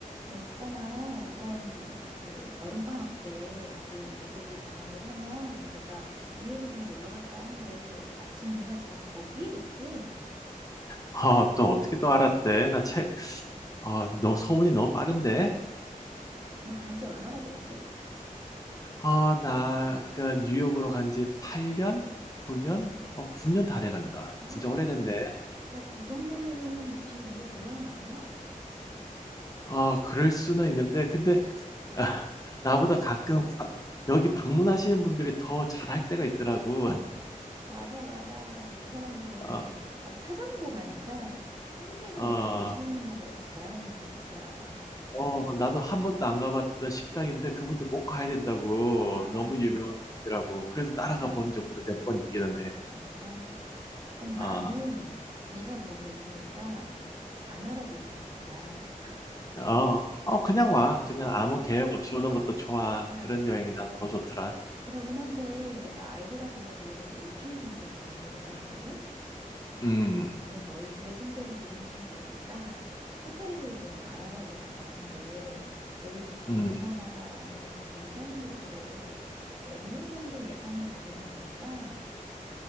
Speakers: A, on the right (about 30°); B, on the left (about 25°).
A: 어, 있잖아. 이번 그 여름방학 때 우리 애들이 방학을 하면 내가 뉴욕을 좀 놀러 갈까 하는데 마침 네가 지금 거기에 있지?
B: 아, 또 어떻게 또 알았대? 나 책, 아, 너 소문이 너무 빠른데?
A: 너 간지 얼마나 됐지?
B: 아, 나, 그, 뉴욕으로 간지 8년? 9년? 어, 9년 다 돼간다.
A: <gasps> 아,
B: 진짜 오래됐네.
A: 야, 그 정도면은 제2의 고향 아니야?
B: 아, 그럴 수는 있는데, 근데, <laughs> 아, 나보다 가끔, 가- 여기 방문하시는 분들이 더 잘할 때가 있더라고.
A: 맞아, 맞아. 그 사람들은
B: 아,
A: 막 찾아보고 가니까 현지에서
B: 아,
A: 내가 관심 없는 것보다 더 잘하는 분들이 있더라.
B: 어, 나도 한 번도 안 가봤던 식당인데, 그분들 꼭 가야 된다고.
A: 와,
B: 너무 유명한 곳이라고. 그래서 따라가
A: 어,
B: 본 적도 몇 번 있기는 해.
A: 진짜. 그럼
B: 아.
A: 나는 네가 거기 있으니까 안 알아보고 갈 거야.
B: 어. 어 그냥 와. 그냥
A: 어,
B: 아무 계획 없이 오는 것도 좋아.
A: 어.
B: 그런 여행이 난 더 좋더라.
A: 그러긴 한데 내가 아이들하고 뉴욕에서 일주일 정도를 머무를 예정이거든.
B: 음.
A: 근데 너희 집에 신세를 지기는 좀 그러니까 호텔을 좀 알아봐야 될 것 같은데 너희 집 근처나
B: 음.
A: 아니면 좀 괜찮은 곳으로 어느 정도 예산을 잡으면 될까?